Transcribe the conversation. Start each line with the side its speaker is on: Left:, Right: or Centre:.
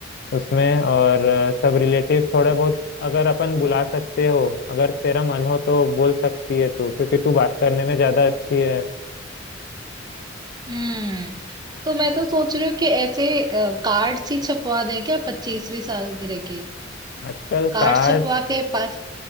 Left: उसमें और अ, सब रिलेटिव्स थोड़े बहुत अगर अपन बुला सकते हो अगर तेरा मन हो तो बोल सकती है तू क्योंकि तू बात करने में ज्यादा अच्छी है
Right: हम्म तो मैं तो सोच रही हूँ कि ऐसे कार्ड्स ही छपवा दें क्या पच्चीसवीं सालगिरह के
Left: आजकल
Right: कार्ड
Left: कार्ड्स
Right: छपवा के पास